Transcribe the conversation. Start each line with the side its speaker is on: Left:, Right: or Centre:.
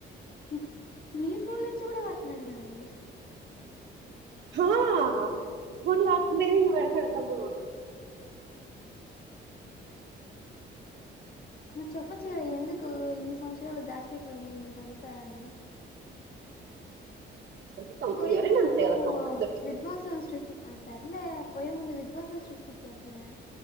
Left: ఉక్. నీ ఫోన్లో నుంచి కూడా వాడుతున్నాడు కదావే.
Right: ఆహ్ హ. వన్ లాక్ మేబి పడతాడు అడ్డము.
Left: నువ్వు చెప్పొచ్చు కదా ఎందుకు ఇన్ని సంవత్సరాలు దాచిపెట్టినావు ఇదంతా అని.
Right: అంటే కం
Left: పోయే
Right: ఎవరైనా
Left: ముందర
Right: అంతే
Left: పాపం
Right: కదా కంఫర్ట్ దొరికితే
Left: విద్వాసం సృష్టించ్. అ సర్లే పోయే ముందు విద్వాసం సృష్టించేస్తున్నాడ